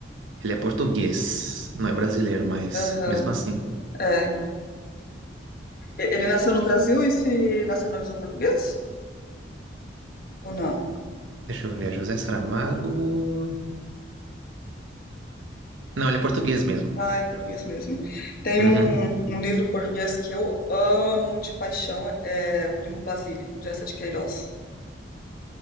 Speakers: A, on the right (about 85°); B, on the left (about 50°).
A: Ele é português, não é brasileiro, mas
B: Aham,
A: mesmo assim.
B: é. E- Ele nasceu no Brasil e se nacionalizou português? Ou não?
A: Deixa eu ver, José Saramago. Não, ele é português mesmo.
B: Ah, é português mesmo. Tem
A: Uhum.
B: um, um livro português que eu amo de paixão, é O Primo Basílio, de Eça de Queiroz.